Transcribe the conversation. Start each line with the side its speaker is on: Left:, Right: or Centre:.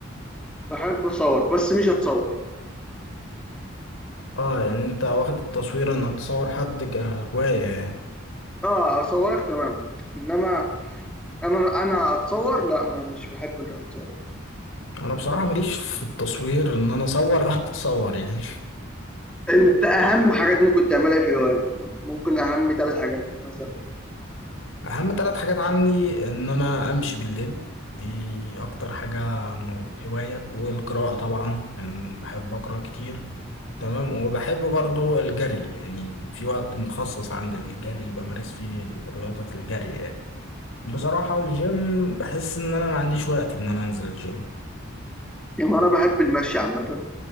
Centre: بحب اصور بس مش هتصور
Left: اه يعني انت واخد التصوير انك تصور حد كهواية يعني
Centre: اه اصورك تمام انما انا انا اتصور لا ما مش بحب ان انا اتصور
Left: انا بصراحة ماليش في التصوير ان انا اصور <laughs> او اتصور يعني
Centre: انت اهم حاجات ممكن تعملها في الهوايات ممكن اهم ثلاث حاجات مثلا
Left: اهم ثلاث حاجات عني ان انا امشي بالليل دي اكتر حاجة مو- هواية والقراءة طبعا يعني بحب اقرا كتير تمام وبحب برضو الجري يعني في وقت مخصص عند الجري بمارس فيه رياضة الجري يعني بصراحة الجيم بحس ان انا ما عنديش وقت ان انا انزل الجيم
Centre: يعني انا بحب المشي عامه